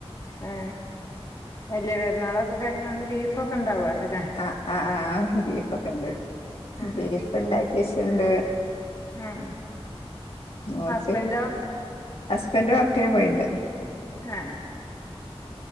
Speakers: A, on the left (about 35°); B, on the left (about 70°).
A: ആ വലിയ പെരുന്നാളൊക്കെ കഴിഞ്ഞത് കൊണ്ട് ബീഫൊക്കെ ഇണ്ടാവുമല്ലോല്ലേ
B: ആഹ് ആഹ് ആഹ് ബീഫൊക്ക ഇണ്ട്
A: ഉം
B: ബീഫ് ഇണ്ടാക്കി വെച്ച്ണ്ട്
A: ആഹ്
B: ഓല്ക്ക്
A: ഹസ്ബൻഡോ
B: ഹസ്ബൻഡ് വർക്കിന് പോയിണ്ട്
A: ആഹ